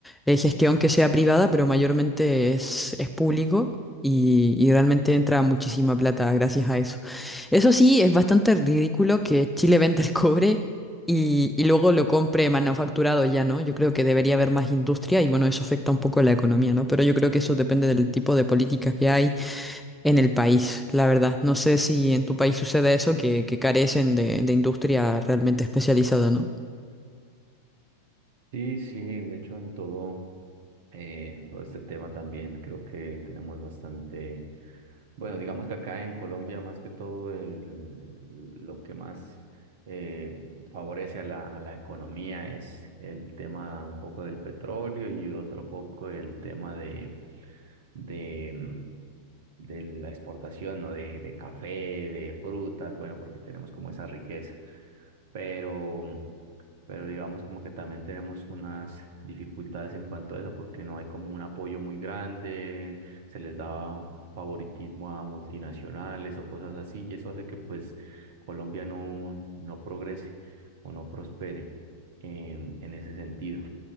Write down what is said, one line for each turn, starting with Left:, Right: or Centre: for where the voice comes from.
Centre: eh, gestión que sea privada, pero mayormente es, es público y, y realmente entra muchísima plata gracias a eso. Eso sí, es bastante ridículo que Chile venda el cobre y, y luego lo compre manufacturado ya, ¿no? Yo creo que debería haber más industria y bueno, eso afecta un poco la economía, ¿no? Pero yo creo que eso depende del tipo de políticas que hay en el país, la verdad. No sé si en tu país sucede eso, que, que carecen de, de industria realmente especializada, ¿no?
Right: Sí, sí, de hecho en todo. Eh, en todo este tema también creo que tenemos bastante, bueno, digamos que acá en Colombia más que todo el- lo que más eh, favorece a la, a la economía es el tema un poco del petróleo y otro poco el tema de, de, mm, de la exportación, ¿no? De, de café, de frutas, bueno, porque tenemos como esa riqueza. Pero... mm, pero digamos como que también tenemos unas dificultades en cuanto a eso, porque no hay como un apoyo muy grande, se les daba favoritismo a multinacionales o cosas así, y eso hace que pues Colombia no, no progrese o no prospere en, en ese sentido.